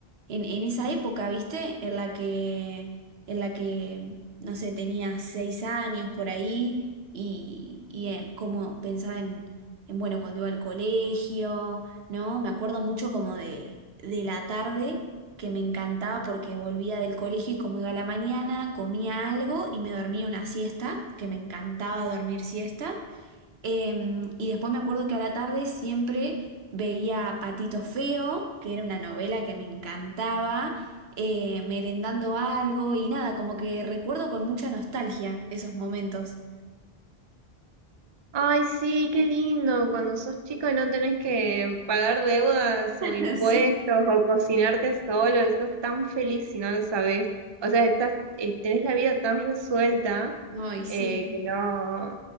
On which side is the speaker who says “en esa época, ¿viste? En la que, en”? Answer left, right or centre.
Right